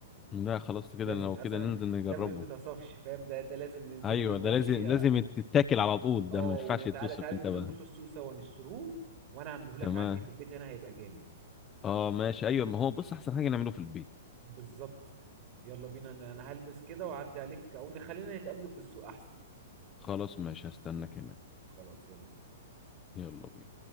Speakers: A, on the left (about 20°); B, on the right (about 45°).
A: لا خلاص كده
B: لازم
A: لو
B: اصلا
A: كده ننزل نجربه
B: ده ما بيتصفش فاهم ده ده لازم ننزله
A: ايوه
B: دلوقتي
A: ده لازم لازم تتاكل على طول
B: اه
A: ده ما ينفعش
B: وما تعالى
A: يتوصف
B: تعالى
A: انت
B: ننزل
A: بقى
B: نروح السوق سوا نشتروه وانا اعمله لك
A: تمام
B: عندي في البيت هنا هيبقى جامد
A: اه ماشي ايوه ما هو بص احسن حاجه نعمله في البيت
B: بالظبط يلا بينا انا أنا هلبس كده واعدي عليك او نخلينا نتقابلوا في السوق احسن
A: خلاص ماشي هستناك هناك
B: خلاص يلا بينا
A: يلا بينا